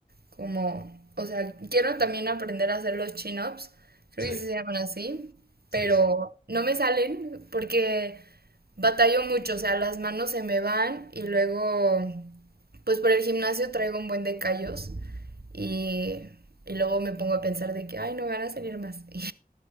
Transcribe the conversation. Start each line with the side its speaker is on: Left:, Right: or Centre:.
Right: como, o sea, quiero también aprender a hacer los chin-ups, creo
Left: sí,
Right: que sí se llaman así,
Left: sí,
Right: pero
Left: sí.
Right: no me salen porque batallo mucho, o sea, las manos se me van y luego, pues por el gimnasio traigo un buen de callos y, y luego me pongo a pensar de que, ay, no me van a salir más <laughs> y,